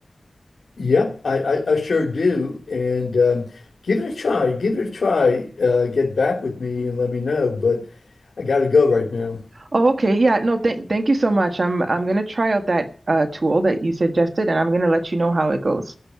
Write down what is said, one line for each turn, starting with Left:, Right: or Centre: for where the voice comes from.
Left: Yep, I, I, I sure do. And um, give it a try. Give it a try. Uh, get back with me and let me know. But I got to go right now.
Right: Oh, okay. Yeah, no, thank thank you so much. I'm I'm gonna try out that uh tool that you suggested and I'm gonna let you know how it goes.